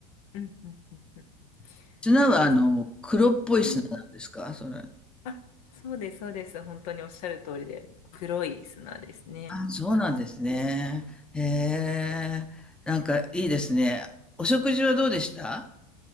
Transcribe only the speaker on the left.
うん。うん。うん。うん
あと、
うん。
あ、そうです、そうです。本当におっしゃる通りで、黒い砂ですね。